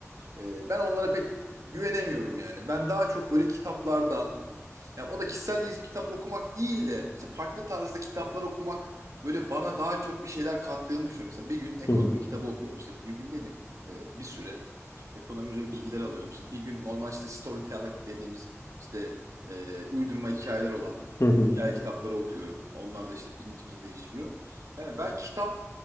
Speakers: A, on the right; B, on the left.
A: E, ben onlara pek güvenemiyorum yani. Ben daha çok böyle kitaplardan yani o da kişisel gelişim kitapları okumak değil de mesela farklı tarzda kitaplar okumak böyle bana daha çok bir şeyler kattığını düşünüyorum. Mesela bir gün ekonomi
B: hı hı,
A: kitabı okuyorum işte bir gün dedim e, bir süre ekonomi üzerine bilgiler alıyorum işte bir gün normal işte storytelling dediğimiz işte e, uydurma hikayeler olan
B: hı hı.
A: hikaye kitapları okuyorum. Onlar da işte bilincimizi değiştiriyor. Yani ben kitap